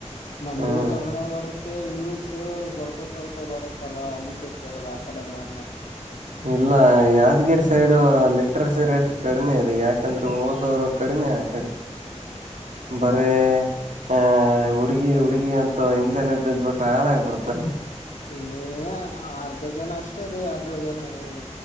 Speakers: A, on the left (about 80°); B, on the right (about 85°).
A: ನಮಗೂ
B: ಹ್ಮ್
A: ಕನ್ನಡ ಬರುತ್ತೆ ಇಂಗ್ಲಿಷ್. ಸ್ವಲ್ಪ ಸ್ವಲ್ಪ ಬರುತ್ತಲ್ಲಾ ಅದಕ್ಕೆ ಕೇಳ್ದ ಆ ಕಡಲ್ಲ ಹಂಗಂತ.
B: ಇಲ್ಲ ಯಾದಗಿರಿ ಸೈಡು ಲಿಟ್ರಸಿ ರೇಟ್ ಕಡಿಮೆ ಇದೆ ಯಾಕಂದ್ರೆ ಹಓದವರು ಕಡಿಮೆ. ಕಡೆ ಬರ. ಆಹ ಹುಡುಗಿ ಹುಡ್ಗಿ ಅಂತ ಹಿಂದೆನೆ ಬಿದ್ಬಿಟೆ ಹಾಳಾಗಬಿಡ್ತಾರೆ.
A: ಏ ಅರ್ಧ ಜನ ಅಷ್ಟೇ ರೀ ಅರ್ಧ ಜನ ಏನ.